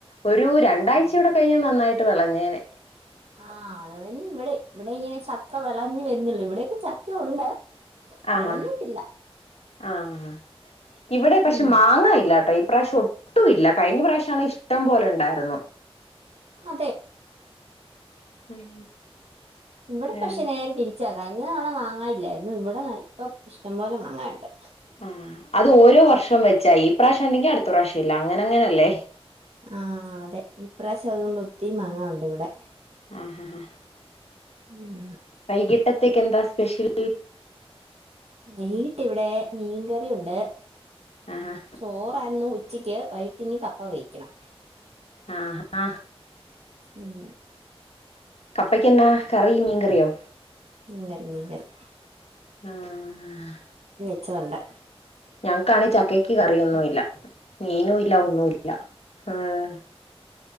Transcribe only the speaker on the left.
ഒരു രണ്ടാഴ്ച
കൂടി കഴിഞ്ഞ നന്നാ വിളഞ്ഞേനെ
ആഹാ
ആഹ് ഇവിടെ പക്ഷേ
മാങ്ങ ഇല്ലാട്ടോ ഈ പ്രാവശ്യം ഒട്ടുമില്ല കഴിഞ്ഞ പ്രാവശ്യമാണെ ഇഷ്‌ടം പോലെ ഉണ്ടായിരുന്നു
ഉം
ആഹ്
ആ അത് ഒരേ വർഷംവെച്ച ഈ പ്രാവശ്യം ഉണ്ടെങ്കിൽ അടുത്ത പ്രാവശ്യമില്ല അങ്ങനെ അങ്ങനെയല്ലേ
<inaudible> <unintelligible>
വൈകിട്ടെക്കെന്താ സ്‌പേഷ്യൾ
ആഹ്
ആഹ്ഹ
കപ്പാക്ക് എന്നാ കറി മീൻ കറിയോ
ആഹ്
ഞങ്ങൾക്ക് ആണെ ചക്കക്ക് കറി ഒന്നുവില്ല മീനുവില്ലാ ഒന്നുവില്ല ഏഹ്